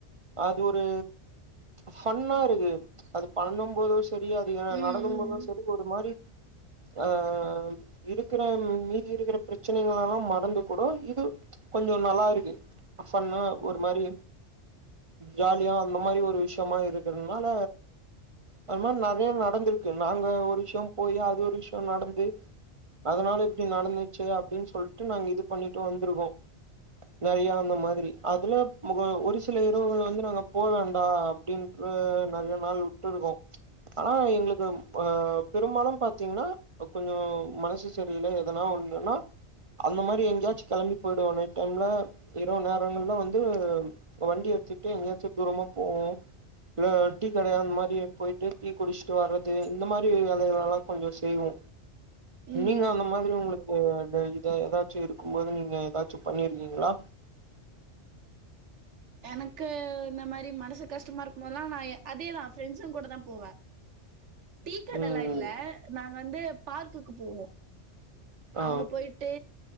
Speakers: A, on the right; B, on the right.
A: அது ஒரு ஃபன்னா இருக்கு அது பண்ணு போது சரி அது ஏ
B: ம்
A: நடக்கு போது
B: ம்
A: சரி அது ஒரு மாரி ஆ இருக்குற மீதி இருக்குற பிரச்சனைகள் எல்லா மறந்து கூடு இது கொஞ்சோ நல்லா இருக்கு ஃபன்னா ஒரு மாரி ஜாலியா அந்த மாரி ஒரு விஷயமா இருக்றதுனால அது மாரி நறைய நடந்திருக்கு நாங்க ஒரு விஷ்யோ போய் அது ஒரு விஷ்யோ நடந்து அதனால இப்டி நடந்துச்சு அப்டின்னு சொல்லிட்டு நாங்க இது பண்ணிட்டு வந்ருக்கோ நறைய அந்த மாதிரி அதுல ஒரு சில இரவுகள் வந்து நாங்க போவேண்டா அப்டின்னு நெறைய நாள் விட்டுருக்கோ ஆனா எங்ளுக்கு அ பெரும்பாலு பாத்திங்ன்னா கொஞ்சோ மனசு சரியில எதனா ஒன்னுனா அந்த மாரி எங்கயாச்சு கெளம்பி பொய்டுவோ நைட் டைம்ல இரவு நேரங்கள்ல வந்து வண்டி எடுத்துட்டு எங்கையாச்சு தூரமா போவோ இ டீ கடையா அந்த மாரி பொய்ட்டு டீ குடிச்சுட்டு வர்றது இந்த மாதிரி வேலைகள்லல்லா கொஞ்சோ செய்வோ
B: ம்
A: நீங்க அந்த மாதிரி உங்களுக்கு இத ஏதாச்சு இருக்கும் போது நீங்க ஏதாச்சு பண்ணிருக்கீங்ளா
B: எனக்கு இந்த மாரி மனசு கஷ்டமா இருக்கு போதெல்லா நான் அதேதா ஃப்ரெண்ட்ஸுங்க கூடதா போவே டீக்கடல்லா
A: ம்
B: இல்ல நாங்க வந்து பார்க்குக்கு போவோ
A: ஆ
B: அங்க போய் ட்டு